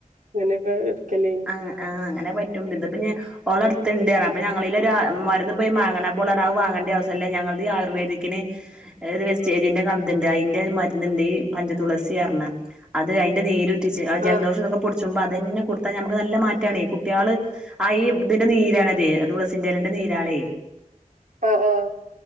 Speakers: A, on the right (about 65°); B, in the centre.
A: അങ്ങനേക്ക എടുക്കലേന്ന്
B: ആഹ് ആഹ് അങ്ങന പറ്റും ഇത് പിന്നെ ഓള അടുത്ത്ണ്ട് അതാ അപ്പ ഞങ്ങളി ലൊരാ ഉം മരുന്ന് പോയി മാങ്ങണ്ട അപ്പോൾ ഓൾ പറഞ്ഞു അത് വാങ്ങേണ്ട ആവശ്യം ഇല്ല ഞങ്ങളുടെ ഈ ആയുർവേദിക്കിന് ഇതൊരു വെസ്റ്റീജിന്റെ ഇത് ഉണ്ട് അയിന്റെ മരുന്ന്ണ്ട് ഈ പഞ്ച തുളസി പറയൂന്നേ അത് അതിന്റെ നീരൂറ്റിച്ച് ആ ജലദോഷ
A: ആഹ്
B: ഇതൊക്കെ പിടിച്ചുമ്പ അതന്നെ കൊടു കൊടുത്ത ഞമ്മക്ക് നല്ല മാറ്റാണേ കുട്ടികള് ആ ഈ ഇതിന്റെ നീരാണതേ അ തുളസിന്റലേന്റെ നീരാണെ
A: ആഹ് ആഹ്